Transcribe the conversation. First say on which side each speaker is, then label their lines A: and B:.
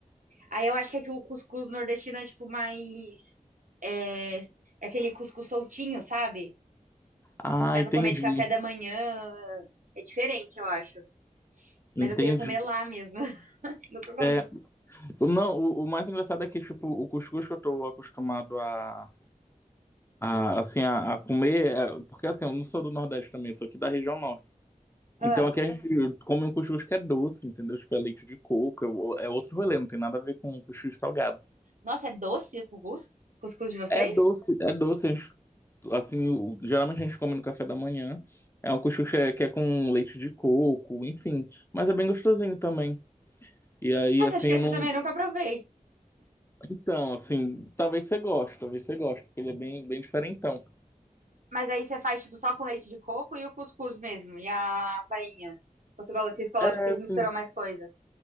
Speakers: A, on the right (about 70°); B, on the left (about 20°).
A: Aí eu acho que aqui o cuscuz nordestino é, tipo, mais, é, é aquele cuscuz soltinho, sabe?
B: Ah,
A: Dá
B: entendi.
A: pra comer de café da manhã. É diferente, eu acho.
B: Entendi.
A: Mas eu queria comer lá mesmo. <laughs> Nunca comi.
B: É, o- não, o, o mais engraçado é que, tipo, o cuscuz que eu tô acostumado a, a, assim, a, a comer, é, porque assim, eu não sou do Nordeste também, sou aqui da região Norte.
A: Ah.
B: Então aqui a gente come um cuscuz que é doce, entendeu? Tipo, é leite de coco, é o- é outro rolê, não tem nada a ver com cuscuz salgado.
A: Nossa, é doce o cuscuz? Cuscuz de vocês?
B: É doce, é doce, a gente, assim, o- geralmente a gente come no café da manhã. É um cuscuz que é, que é com leite de coco, enfim, mas é bem gostosinho também. E aí,
A: Nossa,
B: assim,
A: acho que
B: eu
A: esse
B: não.
A: eu também nunca provei.
B: Então, assim, talvez você goste, talvez você goste, porque ele é bem, bem diferentão.
A: Mas aí você faz, tipo, só com leite de coco e o cuscuz mesmo. E a farinha Você colo- Vocês, colo-
B: É,
A: vocês
B: assim,
A: misturam mais coisas.